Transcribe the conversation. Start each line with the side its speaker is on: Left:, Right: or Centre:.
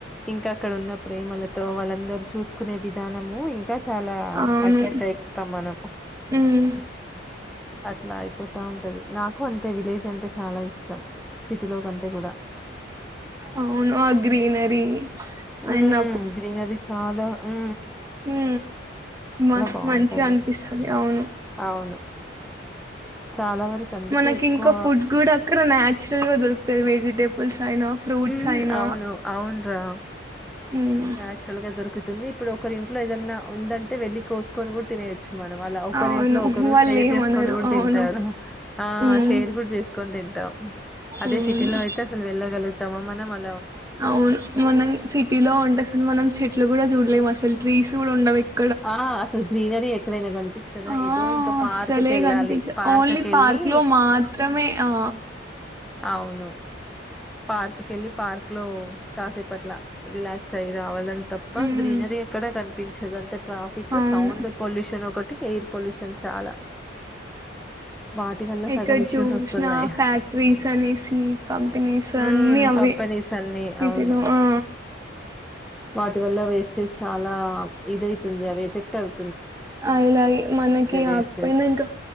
Centre: ఇంకా ఇక్కడ ఉన్న ప్రేమలతో వాళ్ళందరుూ చూసుకునే విధానము ఇంకా చాలా
Right: అవును
Centre: అట్రాక్ట్ అయిపోతాం మనం
Right: ఉమ్
Centre: అట్లా అయిపోతా ఉంటది. నాకు అంతే విలేజ్ అంటే చాలా ఇష్టం సిటీలో కంటే. కూడా.
Right: అవును గ్రీనరీ
Centre: ఉ
Right: అండ్
Centre: గ్రీనరి చాలా ఊ
Right: హ మ
Centre: బావుంటది.
Right: మంచిగా అనిపిస్తది అవును
Centre: అవును చాలా వరకు అందుకే
Right: మనకి
Centre: ఎక్కువ
Right: ఇంకా ఫుడ్ కూడా అక్కడ నాచురల్ గా దొరుకుతంది వెజిటేబుల్స్ అయినా ఫ్రూట్స్
Centre: ఉ
Right: అయినా
Centre: అవును అవునురా
Right: హ్మ్.
Centre: నాచురల్ గా దొరుకుతుంది. ఇప్పుడు ఒకరి ఇంట్లో ఏదన్నా ఉందంటే వెళ్లి కోసుకొని కూడా తినేయొచ్చు మనం అలా ఒకరి
Right: అవును.
Centre: ఇంట్లో ఒకరు
Right: వాళ్ళేమనరు.
Centre: షేర్ చేసుకొని కూడా
Right: అవును.
Centre: తింటారు. ఆ
Right: హ్మ్.
Centre: షేర్ కూడా చేసుకొని తింటారు. అదే
Right: అవును.
Centre: సిటీలో అయితే అసలు వెళ్లగలుగుతామా మనం అ
Right: అవును మనం సిటీలో ఉంటే అసలు మనం చెట్లు కూడా చూడలేము అసలు ట్రీస్ కూడా ఉండ వక్
Centre: ఆ అసలు గ్రీనరీ ఎక్కడైనా కనిపిస్తుందా
Right: ఆ!
Centre: ఏదో ఇంకా
Right: అస్సలే
Centre: పార్క్కి వెళ్ళాలి
Right: గనిపించదు.
Centre: పార్క్కి
Right: ఓన్లీ
Centre: వెళ్ళి
Right: పార్క్‌లో మాత్రమే ఆ!
Centre: అవును పార్క్ కెళ్ళి పార్క్ లో కాసేపట్ల రిలాక్స్ అయి రావాలని తప్ప
Right: హ్మ్.
Centre: గ్రీనరీ ఎక్కడ కనిపించదు అంత ట్రాఫిక్
Right: అవును.
Centre: సౌండ్ పొల్యూషన్ ఒకటి ఎయిర్ పొల్యూషన్ చాలా వాటి వల్ల
Right: ఇక్కడ
Centre: సగం ఇష్యూస్
Right: చూసిన
Centre: వస్తున్నాయి.
Right: ఫ్యాక్టరీస్ అనేసి కంపెనీస్
Centre: హ్మ్.
Right: అన్నీ అవి
Centre: కంపెనీస్ అన్నీ
Right: సీటీలో
Centre: అవును.
Right: ఆ
Centre: వాటి వల్ల వేస్తే చాలా ఇదైతుంది అవి ఎఫెక్ట్ అవు
Right: ఆ ఇలా ఈ మనకి
Centre: వేస్టేజ్.
Right: ఆగిపోయినా ఇంకా